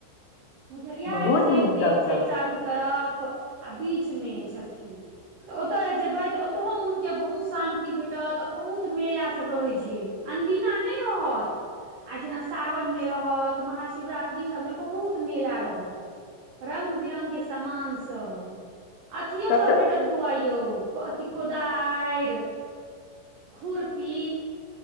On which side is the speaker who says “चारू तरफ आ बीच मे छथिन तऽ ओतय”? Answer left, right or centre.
Right